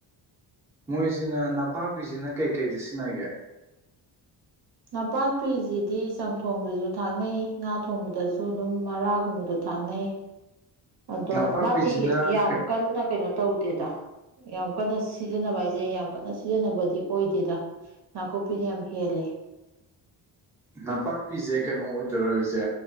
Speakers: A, in the centre; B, on the right.
A: ꯃꯣꯏꯁꯤꯅ ꯅꯄꯥꯛꯄꯤꯁꯤꯅ ꯀꯩꯀꯩꯗ ꯁꯤꯖꯤꯟꯅꯒꯦ
B: ꯅꯄꯥꯛꯄꯤꯁꯤꯗꯤ ꯆꯝꯊꯣꯡꯗꯁꯨ ꯊꯥꯛꯅꯩ ꯉꯥ ꯊꯣꯡꯕꯗꯁꯨ ꯑꯗꯨꯝ ꯃꯔꯥꯒꯨꯝꯕꯗꯣ ꯊꯥꯡꯅꯩ ꯑꯗꯣ
A: ꯅꯄꯥꯛꯄꯤꯁꯤꯅ
B: ꯃꯥꯗꯤ ꯌꯥꯝ ꯀꯟꯅ ꯀꯩꯅꯣ ꯇꯧꯗꯦꯗ ꯌꯥꯝ ꯀꯟꯅ ꯁꯤꯖꯤꯟꯅꯕ ꯍꯥꯏꯁꯦ ꯌꯥꯝ ꯀꯟꯅ ꯁꯤꯖꯤꯟꯅꯕꯗꯤ ꯑꯣꯏꯗꯦꯗ ꯅꯥꯀꯨꯞꯄꯤꯅ ꯌꯥꯝ ꯍꯦꯜꯂꯦ
A: ꯅꯄꯥꯛꯄꯤꯁꯦ ꯀꯩꯅꯣ ꯑꯣꯏꯗꯣꯏꯁꯦ